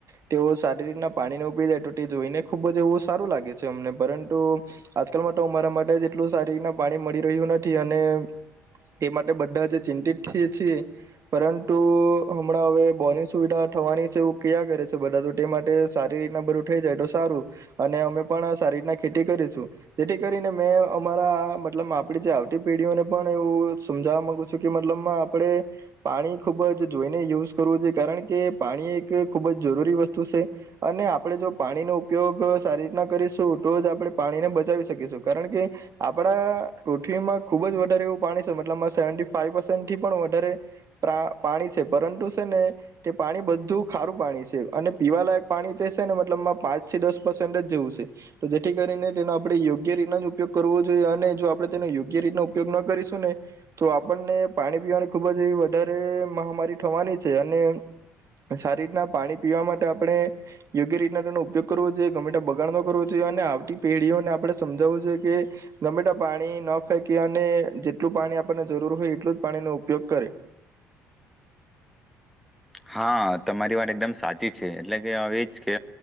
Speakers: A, on the right (about 40°); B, in the centre.
A: ટેઓ સારી રીતના પાણી ને એવુ પી જાય તો તે જોઈને ખૂબ જ એવું સારું લાગે છે અમને પરંતુ આજકાલમાં ટો અમારા મા ટે જેટલું સારી રીતના પાણી મળી રહ્યું નથી અને તે માટે બઢા જ ચિંતિત <unintelligible> છીએ પરંતુ અમણાં અવે બોરની સુવિધા થવાની સે એવુ કિયા કરે છે બઢા ટો ટે માટે સારી રીતના બરું થઈ જાય તો સારું અને અમે પણ સારી રીતના ખેટી કરીશું જેઠી કરીને મેં અમારા મતલબ માં આપડી જે આવતી પેઢીઓને પણ એવું સમજાવવા માગુ છું, કે મતલબ માં આપડે પાણી ખુબ જ જોઈને યુઝ કરવું જોઈએ, કારણ કે પાણી એક ખુબ જ જરૂરી વસ્તુ છે અને આપણે જો પાણીનો ઉપયોગ સારી રીતના કરીશું તો જ આપણે પાણીને બચાવી શકીશું. કારણ કે આપણા પૃથ્વીમાં ખૂબ જ વધારે એવું પાણી સે, મતલબમાં સેવન્ટી ફાઈવ પર્સેન્ટથી પણ વધારે પ્રા પાણી છે પરંટુ સે ને તે પાણી બધું ખારું પાણી છે અને પીવાલાયક પાણી જે સે ને મતલબમાં પાંચથી દસ પર્સેન્ટ જ જેવું સે, તો જેઠી કરીને તેનો આપણે યોગ્ ગ્ય રીતના જ ઉપયોગ કરવો જોઈએ અને જો આપણે તેનો યોગ્ય રીતનો ઉપયોગ ન કરીશું ને, તો આપણને પાણી પીવાની ખુબ જ એવી વધારે મહામારી થવાની છે અને સારી રીતના પાણી પીવા માટે આપણે યોગ્ય રીતના તેનો ઉપયોગ કરવો જોઈએ, ગમે ટેમ બગાડ ન કરવો જોઈએ અને આવતી પેઢીઓને આપણે સમજાવું જો કે ગમે ટેમ પાણી ન ફેંકીએ અને જેટલું પાણી આપણને જરૂર હોય એટલું જ પાણીનો ઉપયોગ કરે.
B: હા તમારી વાત એકદમ સાચી છે એટલે કે અવે એ જ કે